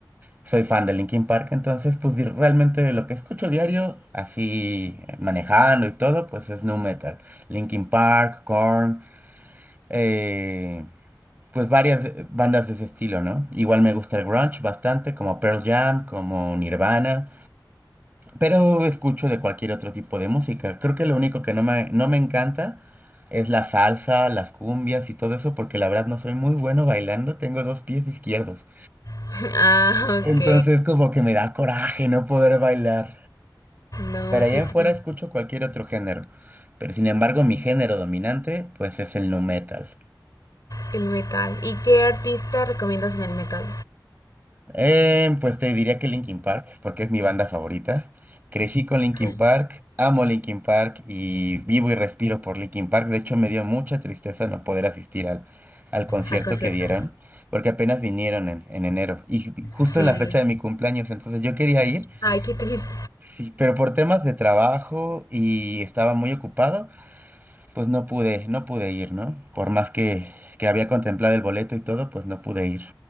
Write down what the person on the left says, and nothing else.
<laughs> Ah,
ok.
No,
qué
triste.
El metal. ¿Y qué artista recomiendas en el metal?
Ok.
al concierto.
Sí.
Ay, qué triste.